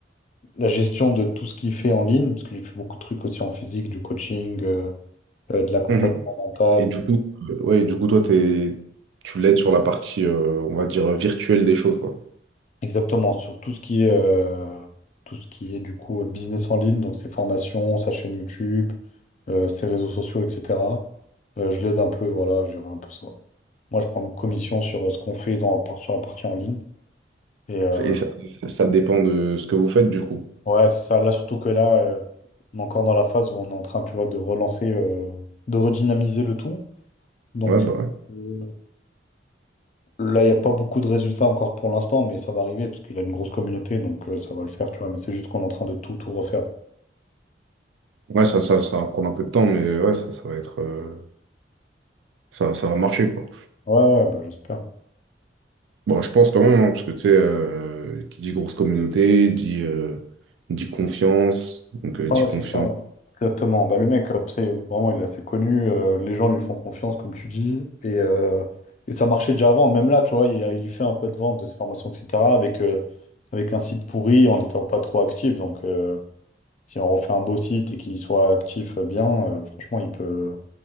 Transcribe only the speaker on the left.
la gestion de tout ce qu'il fait en ligne, parce qu'il fait beaucoup de trucs aussi en physique, du coaching, euh, euh, de l'accompagnement
mental.
Exactement, sur tout ce qui est, euh, tout ce qui est du coup euh, business en ligne, donc ses formations, sa chaîne YouTube, euh, ses réseaux sociaux, etc. Euh, je l'aide un peu, voilà, je gère un peu ça. Moi, je prends une commission sur euh, ce qu'on fait dans, par- sur la partie en ligne. Et euh,
ouais, c'est ça. Là, surtout que là, euh, on est encore dans la phase où on est en train, tu vois, de relancer, euh, de redynamiser le tout. Donc
euh, là, il n'y a pas beaucoup de résultats encore pour l'instant, mais ça va arriver parce qu'il a une grosse communauté, donc euh, ça va le faire, tu vois. Mais c'est juste qu'on est en train de tout, tout refaire.
Ouais, ouais, bah, j'espère.
Ouais,
c'est ça. Exactement. Bah, le mec, euh, tu sais, euh, vraiment, il est assez connu. euh, les gens lui font confiance, comme tu dis. Et, euh, et ça marchait déjà avant. Même là, tu vois, il, il fait un peu de vente de ses formations, etc. Avec, euh, avec un site pourri, en n'étant pas trop actif. Donc, euh, si on refait un beau site et qu'il soit actif euh, bien, euh, franchement, il peut,